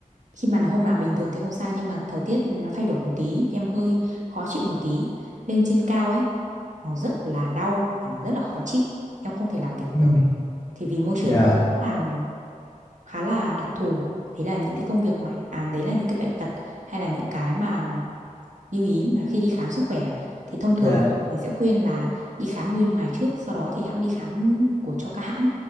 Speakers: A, on the right; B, on the left.
A: khi mà nó hôm nào bình thường thì không sao nhưng mà thời tiết nó thay đổi một tí em hơi khó chịu một tí lên trên cao ấy nó rất là đau và nó rất là khó chịu em không thể làm việc
B: Ừ.
A: được thì vì môi trường
B: Dạ
A: nó khá là khá là đặc thù đấy là những cái công việc mà à, đấy là những cái bệnh tật hay là những cái mà lưu ý mà khi đi khám sức khỏe thì thông thường
B: Dạ.
A: mọi người sẽ khuyên là đi khám bên ngoài trước sau đó thì hãng đi khám của cho các hãng